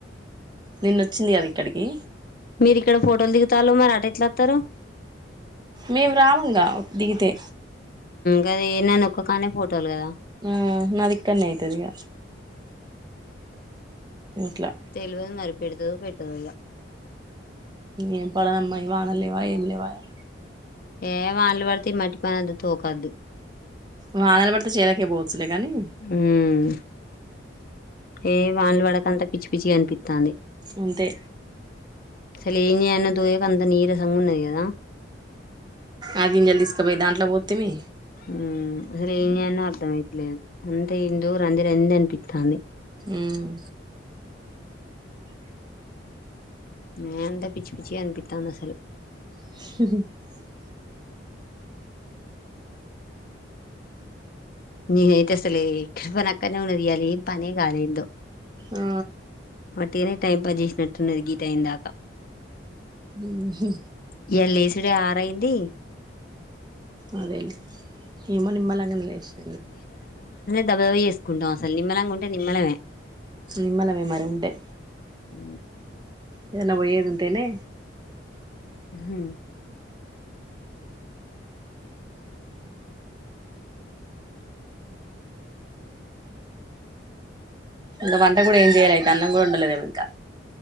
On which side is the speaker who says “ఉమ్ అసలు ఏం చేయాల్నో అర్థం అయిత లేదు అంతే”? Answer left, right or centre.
Left